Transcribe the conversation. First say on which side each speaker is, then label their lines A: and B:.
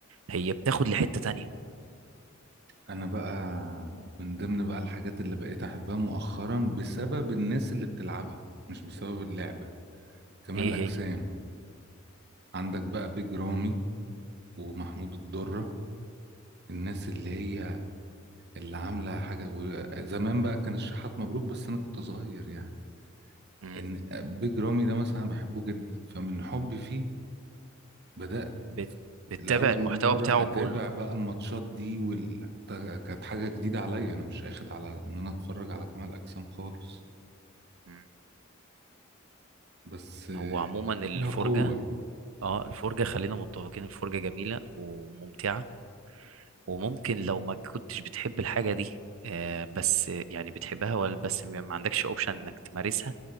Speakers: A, on the right; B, on the right.
A: هي بتاخد لحتة تانية
B: انا بقى من ضمن بقى الحاجات اللي بقيت احبها مؤخرا بسبب الناس اللي بتلعبها مش بسبب اللعبة كمال
A: إيه
B: الاجسام
A: هي
B: عندك بقى بيج رامي ومحمود الضرة الناس اللي هي اللي عاملة حاجة وزمان بقى كان الشحات مبروك بس انا كنت صغير يعني
A: مم.
B: ان بيج رامي ده مثلا أنا بحبه جدا فمن حبي فيه بدأت
A: بت- بتتابع
B: لأول
A: المحتوى
B: مرة
A: بتاعه
B: أتابع
A: كله
B: بقى الماتشات دي وال... كانت حاجة جديدة عليا أنا مش أخد على إن أنا أتفرج على كمال أجسام خالص
A: مم.
B: بس آه،
A: هو عموما الفرجة
B: ليها قوة يعني.
A: اه الفرجة خلينا متفقين الفرجة جميلة وممتعة وممكن لو ما كنتش بتحب الحاجة دي آه، بس يعني بتحبها ولا بس ما ما عندكش اوبشن انك تمارسها